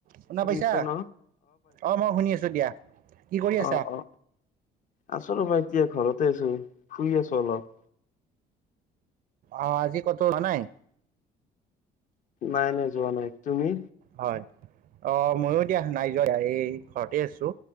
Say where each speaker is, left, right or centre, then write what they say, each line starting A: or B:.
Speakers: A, on the right; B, on the left.
A: শুনা
B: শুনিছা
A: পাইছা।
B: ন?
A: অ', মই শুনি আছোঁ দিয়া, কি কৰি আছা!
B: অ অ আছো ৰ'বা, এতিয়া ঘৰতে আছো! শুই আছো অলপ!
A: অ', আজি কতো অহা নাই!
B: নাই নাই, যোৱা নাই, তুমি!
A: হয়, অ', মইয়ো দিয়া নাই যোৱা, এই ঘৰতে আছো!